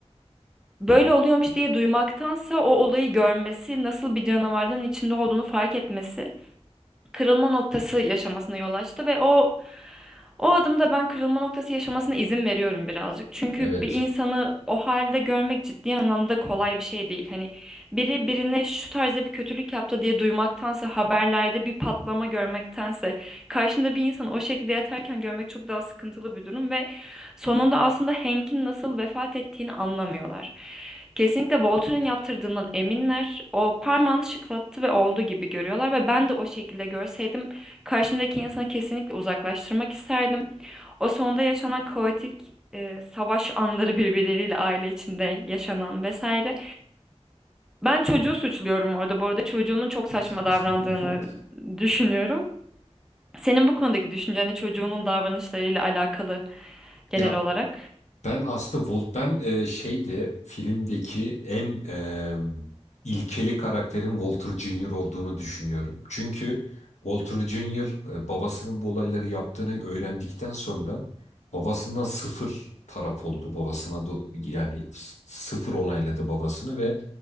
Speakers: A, in the centre; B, on the left (about 90°).
A: Böyle oluyormuş diye duymaktansa o olayı görmesi, nasıl bir canavardan içinde olduğunu fark etmesi, kırılma noktası yaşamasına yol açtı ve o o adımda ben kırılma noktası yaşamasına izin veriyorum birazcık. Çünkü
B: Evet.
A: bir insanı o halde görmek ciddi anlamda kolay bir şey değil. Hani biri birine şu tarzda bir kötülük yaptı diye duymaktansa, haberlerde bir patlama görmektense, karşında bir insan o şekilde yatarken görmek çok daha sıkıntılı bir durum ve Sonunda aslında Hank'in nasıl vefat ettiğini anlamıyorlar. Kesinlikle Walter'ın yaptırdığından eminler. O parmağını şıklattı ve oldu gibi görüyorlar ve ben de o şekilde görseydim karşımdaki insanı kesinlikle uzaklaştırmak isterdim. O sonunda yaşanan kaotik e, savaş anları birbirleriyle aile içinde yaşanan vesaire. Ben çocuğu suçluyorum orada. Bu arada çocuğunun çok saçma
B: <laughs>
A: davrandığını düşünüyorum. Senin bu konudaki düşünceni çocuğunun davranışlarıyla alakalı genel
B: Ya
A: olarak.
B: Ben aslında Volt ben e, şeydi filmdeki en e, ilkeli karakterin Walter Junior olduğunu düşünüyorum. Çünkü Walter Junior e, babasının bu olayları yaptığını öğrendikten sonra babasından sıfır taraf oldu babasına do- yani s- sıfır onayladı babasını ve